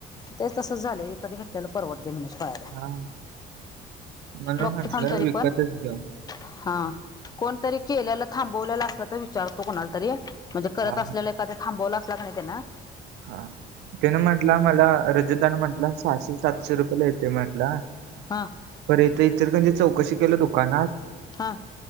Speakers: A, on the left; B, on the right.
A: ते तसच झालय विकत घेतलेल परवडतय म्हणायची पाळी आल्या
B: हा म्हणून
A: बघतो
B: म्हटल
A: थांब तरी
B: विकतच
A: पण
B: घेऊया
A: हा कोणतरी केल्याल थांबवलेल असल तर विचारतो कोणाला तरी म्हणजे करत
B: हा
A: असलेल एखाद थांबवलं असला का नाही त्यांन
B: हा त्यान म्हटला मला रजत दा न म्हटला सहाशे सातशे रुपयला येतय म्हणला म्हणला
A: हा
B: खर इथ इचलकरंजीत चौकशी केलो दुकानात
A: हा